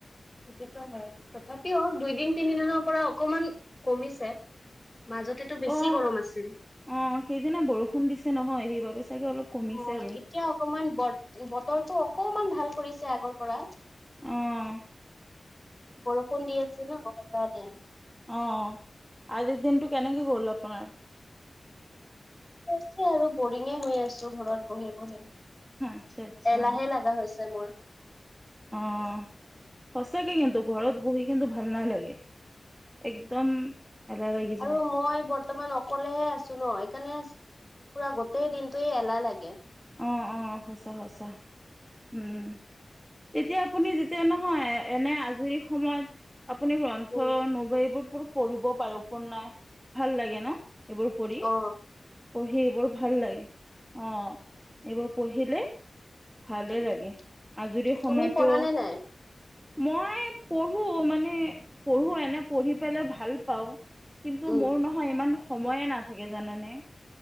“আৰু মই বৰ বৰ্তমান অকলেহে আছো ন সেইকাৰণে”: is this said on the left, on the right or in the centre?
Left